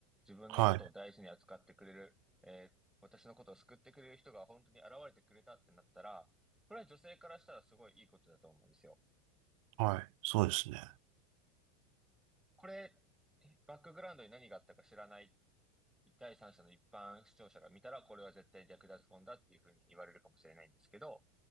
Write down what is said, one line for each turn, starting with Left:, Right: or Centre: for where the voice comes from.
Centre: 自分のことを大事に扱ってくれる、
Right: はい。
Centre: えー私のことを救ってくれる人が本当に現れてくれたってなったら、これは女性からしたらすごいいいことだと思うんですよ。
Right: はい。そうですね。
Centre: これ、バックグラウンドに何があったか知らない第三者の一般視聴者が見たら、これは絶対に略奪婚だっていうふうに言われるかもしれないんですけど、